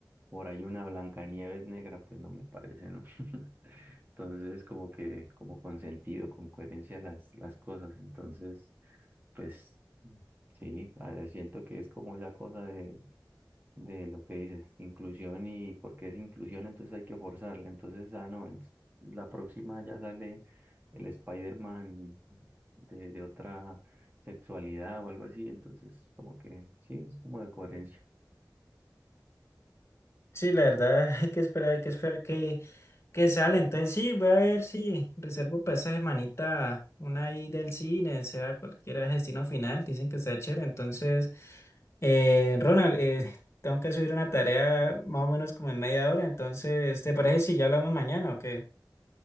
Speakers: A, on the right (about 25°); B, on the left (about 35°).
A: Por ahí una Blancanieves negra, pues no me parece, ¿no? Entonces, como que, como con sentido, con coherencia las, las cosas. Entonces, pues sí, a ver, siento que es como esa cosa de, de lo que dices, inclusión y porque es inclusión, entonces hay que forzarla. Entonces, ah, no, ent- la próxima ya sale el Spider-Man de, de otra sexualidad o algo así. Entonces, como que sí, es como de coherencia.
B: Sí, la verdad, <laughs> hay que esperar, hay que esperar que, que sale. Entonces sí, voy a ver si reservo para esa semanita una ahí del cine, sea cualquiera destino final. Dicen que está chévere. Entonces, eh, Ronald, eh, tengo que subir una tarea más o menos como en media hora. Entonces, ¿te parece si ya hablamos mañana o qué?